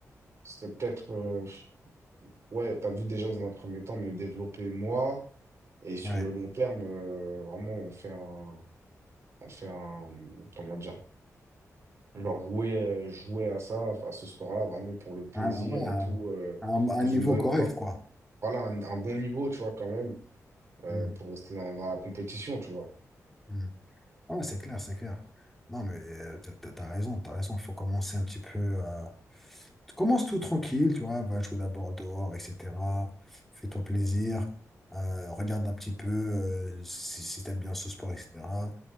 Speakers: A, on the right; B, in the centre.
A: ce serait peut-être, euh, ouais, t'as vu déjà dans un premier temps, me développer moi. Et sur
B: Ouais.
A: le long terme, euh, vraiment en faire un, en faire un, comment dire? Genre jouer, euh, jouer à ça, à ce sport-là, vraiment pour le plaisir
B: Un, ouais,
A: et
B: un,
A: tout, euh,
B: un-
A: dans
B: un
A: une
B: niveau
A: bonne,
B: correct,
A: dans-
B: quoi.
A: voilà, un, un bon niveau, tu vois, quand même, euh,
B: Hmm.
A: pour rester dans, dans la compétition, tu vois.
B: Hmm. Ouais, c'est clair, c'est clair. Non, mais euh, t'as t'as- t'as raison, t'as raison. Faut commencer un petit peu. euh, Tu commences tout tranquille, tu vois. Va jouer d'abord dehors, etc. Fais-toi plaisir. euh, regarde un petit peu euh, si, si t'aimes bien ce sport, etc.